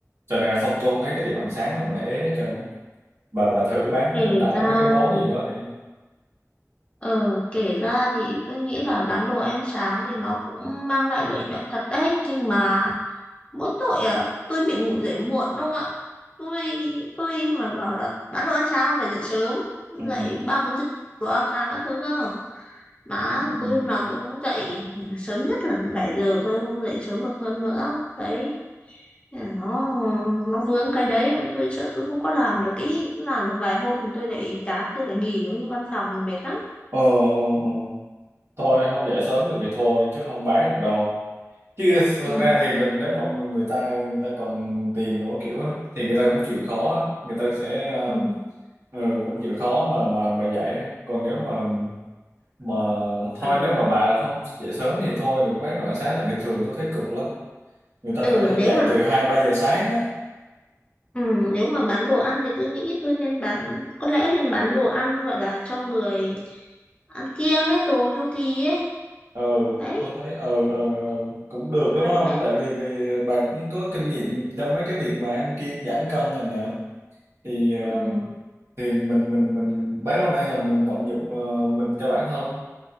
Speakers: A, on the right; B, on the left.
A: cho nên là không tôi không thấy cái tiệm ăn sáng nào mà nó ế hết trơn á. bà bà thử bán
B: Kể
A: ờ, đại
B: ra
A: mấy cái món
B: thì
A: gì đó đi
B: ờ kể ra thì tôi nghĩ là bán đồ ăn sáng thì nó cũng mang lại lợi nhuận thật đấy, nhưng mà mỗi tội à, tôi bị ngủ dậy muộn đúng không ạ tôi tôi mà bảo là bán đồ ăn sáng là phải dậy sớm dậy
A: ừ.
B: ba bốn giờ đồ ăn sáng các thứ cơ mà
A: Ừ. ừ.
B: tôi hôm nào tôi cũng dậy sớm nhất là bảy giờ tôi không dậy sớm được hơn nữa đấy nó nó vướng cái đấy tôi sợ tôi không có làm được cái làm được vài hôm tôi lại chán tôi lại nghỉ giống như văn phòng thì mệt lắm
A: ờ ờ ờ. thôi không dậy sớm được thì thôi chứ không bán được đâu chứ thật
B: ừ.
A: ra thì định nếu mà người ta người ta cần tiền đổ kiểu á, thì người ta cũng chịu khó á. người ta sẽ ờ,
B: ừ.
A: ừ, cũng chịu khó mà mà mà dậy á. còn nếu mà mà thôi
B: Ảnh-
A: nếu mà bà không dậy sớm thì thôi đừng bán đồ ăn sáng tại vì thường tôi thấy cực lắm người ta
B: ừ
A: phải
B: nếu
A: dậy
B: mà
A: từ hai ba giờ sáng á
B: Ừ, nếu mà bán đồ ăn thì tôi nghĩ tôi nên bán có lẽ nên bán đồ ăn gọi là cho người ăn kiêng ấy đồ healthy ấy
A: ừ
B: đấy
A: tôi thấy ờ ờ ờ cũng được đúng
B: đấy
A: không
B: đấy
A: tại vì vì bà cũng có kinh nghiệm trong mấy cái việc mà ăn kiêng giảm cân này nè thì ờ,
B: ừ,
A: thì mình mình mình bấy lâu nay là mình vận dụng ờ, mình cho bản thân